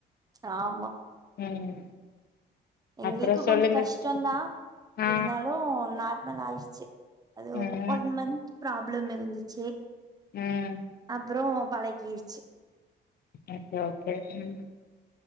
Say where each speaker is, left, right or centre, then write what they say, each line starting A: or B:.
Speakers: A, on the right; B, on the left.
A: ஆமா
B: ம்
A: எங்களுக்கு
B: அப்புறம்
A: கொஞ்சோ
B: சொல்லுங்க
A: கஷ்டந்தா
B: சிஸ்டர் ஆ
A: இருந்தாலு நார்மலாயிடுச்சு அது
B: ம்
A: ஒரு ஒன் மந்த் ப்ராப்ளம் இருந்துச்சு
B: ம்
A: அப்றோ பழ கிருச்சு
B: ஓகே ஓகே ம்